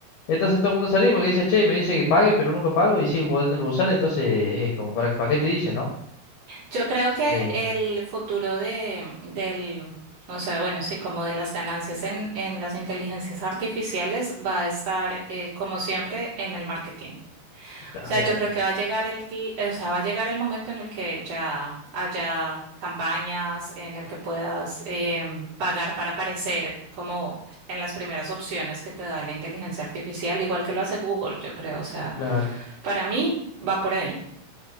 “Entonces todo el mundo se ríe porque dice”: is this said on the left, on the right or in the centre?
Left